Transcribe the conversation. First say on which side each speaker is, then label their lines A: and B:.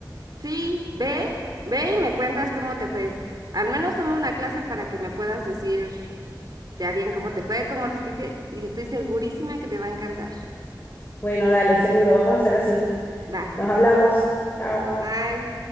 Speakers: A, on the right; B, on the left.
A: Sí, ve, ve y me cuentas cómo te fue. Al menos toma una clase para que me puedas decir ya bien cómo te fue, cómo lo sentiste, y estoy segurísima que te va a encantar.
B: Bueno, dale, seguro, vamos a hacer así.
A: Va,
B: Nos hablamos. Chao.
A: bye.